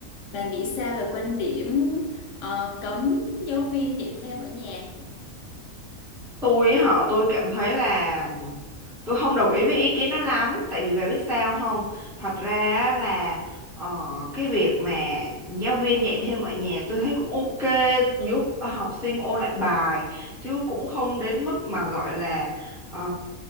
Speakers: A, on the left; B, in the centre.
A: Bà nghĩ sao về quan điểm ờ, cấm giáo viên dạy thêm ở nhà?
B: tôi á họ tôi cảm thấy là tôi không đồng ý với ý kiến đó lắm tại vì bà biết sao không thật ra á là ờ, cái việc mà giáo viên dạy thêm ở nhà tôi thấy cũng ok giúp học sinh ôn lại bài chứ cũng không đến mức mà gọi là ờ,